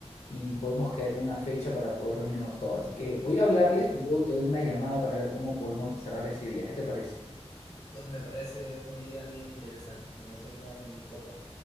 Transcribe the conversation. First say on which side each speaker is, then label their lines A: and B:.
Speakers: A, on the left (about 70°); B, on the left (about 35°).
A: y podemos quedar en una fecha para poder reunirnos todos. Así que voy a hablarles y luego te doy una llamada para ver cómo podemos cerrar ese día. ¿Qué te parece?
B: Pues me parece una idea bien interesante. Me voy a hacer una mini copa.